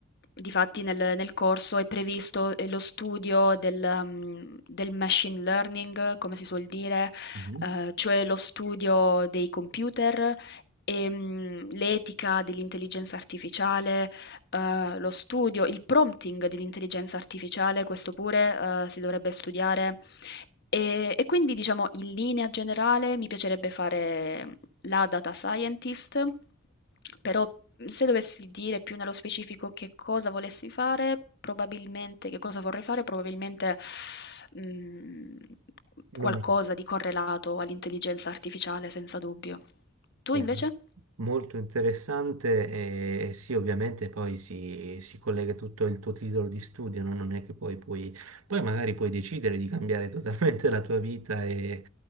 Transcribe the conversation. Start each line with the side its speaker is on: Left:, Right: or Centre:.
Left: difatti nel nel corso è previsto, ehm, lo studio del mhmm, del machine learning, come si suol dire,
Right: Mhm.
Left: ehm, cioè lo studio dei computer, ehm, l'etica dell'intelligenza artificiale, ehm, lo studio il prompting dell'intelligenza artificiale, questo pure, ehm, si dovrebbe studiare. Ehm, e quindi diciamo in linea generale mi piacerebbe fare la data scientist, però se dovessi dire più nello specifico che cosa volessi fare, probabilmente, che cosa vorrei fare, probabilmente mm, qualcosa
Right: Non mi-
Left: di correlato all'intelligenza artificiale, senza dubbio. Tu
Right: Eh,
Left: invece?
Right: Molto interessante e, e sì, ovviamente poi si, si collega tutto il tuo titolo di studio, no? Non è che poi puoi, poi magari puoi decidere di cambiare <laughs> totalmente la tua vita e,